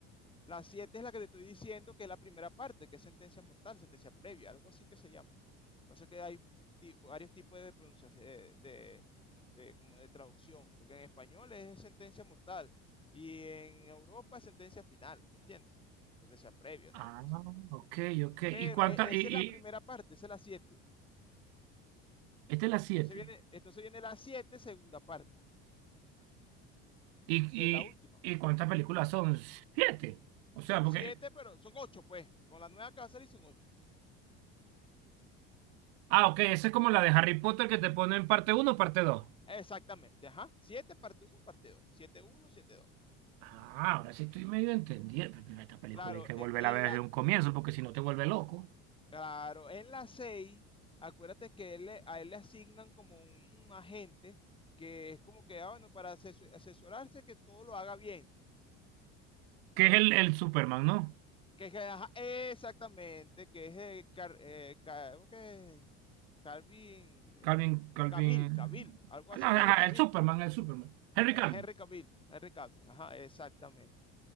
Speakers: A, on the left; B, on the right.
A: La 7 es la que te estoy diciendo que es la primera parte, que es sentencia mortal, sentencia previa, algo así que se llama. Pasa que hay varios tipos de pronunciación, eh, de, de, como de traducción, porque en español es sentencia mortal y en Europa es sentencia final, ¿me entiendes? Sentencia previa, nada,
B: Ah,
A: nada
B: ok, ok.
A: Pero
B: ¿Y cuántas?
A: e- esa
B: Y, y-
A: es la primera parte, esa es la siete
B: esta es la siete
A: Entonces viene, entonces viene la 7 segunda parte,
B: ¿Y,
A: que
B: y,
A: es la última.
B: y cuántas películas son? Siete. O sea,
A: Son
B: porque
A: siete pero son ocho pues. Con la nueva que va a salir son ocho
B: Ah, ok, esa es como la de Harry Potter que te pone en parte uno, o parte dos.
A: Exactamente, ajá. 7 parte uno, parte dos. Siete uno, siete dos.
B: Ah, ahora sí estoy medio entendiendo. Pero Esta película
A: Claro,
B: hay que volverla
A: e- en
B: a ver
A: la,
B: desde un comienzo porque si no te vuelve loco.
A: claro, en la 6, acuérdate que él le- a él le asignan como un agente que es como que, ah, bueno, para asesu- asesorarse que todo lo haga bien.
B: Que es el, el Superman, ¿no?
A: Que, que, ajá, exactamente, que es eh, car- eh, ca- ¿cómo que es? Calvin,
B: Calvin,
A: eh,
B: Calvin.
A: Cavill, Cavill, algo
B: Ah,
A: así,
B: No, ajá,
A: Henry Cavill,
B: el Superman, el Superman. Henry
A: eh,
B: Calvin.
A: Henry Cavill, Henry Cavill, ajá, exactamente.